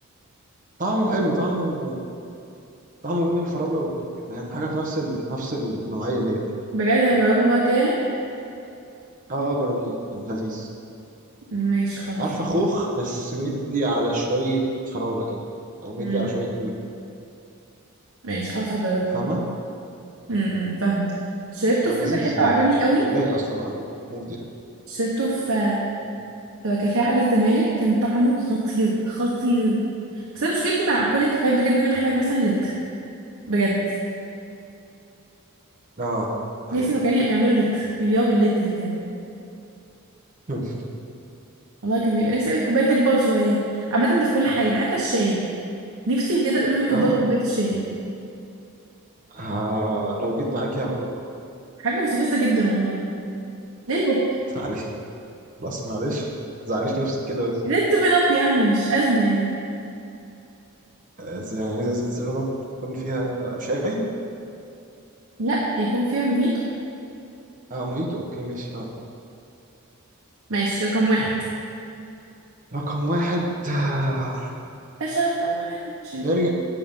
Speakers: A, on the right (about 35°); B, on the right (about 65°).
A: طعمه حلو طعمه طعمه بين الفراوله والتوت كده يعني حاجه في نفس ال... نفس النوعيه ديت
B: بجد انا اجربه المره الجايه
A: اه اه جربيه كان لذيذ
B: ماشي خلاص
A: عارفه
B: هجربه.
A: خوخ بس مدي على شويه فراوله كده او مدي
B: امم
A: على شويه توت
B: ماشي خلاص هجربه
A: فاهمه
B: امم أمم، فاهمه شربته
A: آه،
B: في
A: لذيذ
B: كذا حته
A: يعني
B: وعجبني قوي
A: كان لايق اصلا على المود يعني
B: شربته في
A: مم.
B: في كافيه على الزمالك كان طعمه خطير خطير بس انا مشكلتي مع كل الكافيهات بجد ان انا بحتاج مثلا لتر بجد
A: اه حقيقه
B: نفسي مكان يبقى بيعملوا لتر بيبيعوا باللتر كده
A: مم.
B: والله كان بيبقى نفسي قوي الكوبايه تكبر شويه عامه ده في كل حاجه حتى الشاي نفسي بجد اقول لهم يكبروا
A: أما
B: كوبايه الشاي
A: آه لو جيت معاكي هبقى أقول له
B: حاجه مستفزه جدا والله ليه البوكس
A: معلش خلاص معلش زعليش نفسك كده
B: ليه السيفن اب يعني مش ازمه يعني
A: إز- يعني عايز ازازة سيفن اب تكون فيها شاي
B: لا يكون فيها موهيتو
A: اه موهيتو اوكي ماشي اه
B: ماشي رقم واحد
A: رقم واحد آه،
B: باشا رقم واحد مش هم
A: نرجع